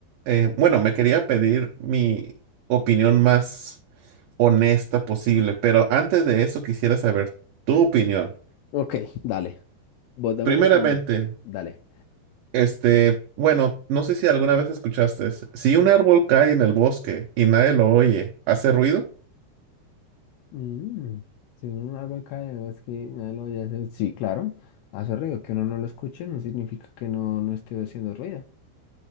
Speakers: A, on the right; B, on the left.
A: eh, bueno, me quería pedir mi opinión más honesta posible, pero antes de eso quisiera saber tu opinión.
B: Ok, dale. Vos dame
A: Primeramente,
B: la siguiente. Dale.
A: Este, bueno, no sé si alguna vez escuchaste. Si un árbol cae en el bosque y nadie lo oye, ¿hace ruido?
B: Mm, Si uno no algo acá de voz que nadie lo vaya a hacer. Sí, claro, hace ruido. Que uno no lo escuche no significa que no, no esté haciendo ruido.